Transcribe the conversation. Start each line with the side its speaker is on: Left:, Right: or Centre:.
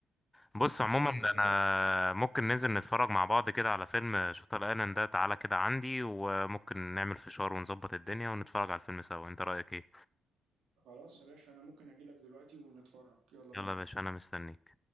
Left: بص عموما
Right: آه، بالظبط
Left: انا ممكن ننزل نتفرج مع بعض كده على فيلم شطر ايلاند ده تعالى كده عندي وممكن نعمل فشار ونظبط الدنيا ونتفرج على الفيلم سوا انت رأيك ايه
Right: خلاص يا باشا انا ممكن اجي لك دلوقتي ونتفرج يلا بينا
Left: يلا يا باشا انا مستنيك